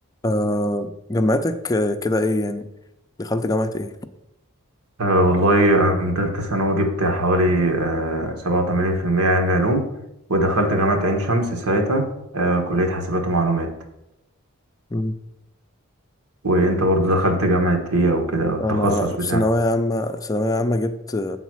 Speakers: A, on the left; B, on the right.
A: آه جامعتك آه، كده ايه يعني دخلت جامعة ايه
B: أه والله أنا تالتة ثانوي جبت حوالي آه، سبعة وتمانين في المية علمي علوم ودخلت جامعة عين شمس ساعتها أه كلية حاسبات ومعلومات
A: مم.
B: وأنت برضه دخلت جامعة هي وكده التخصص
A: انا
B: بتاعك
A: في ثانوية عامة ثانوية عامة جبت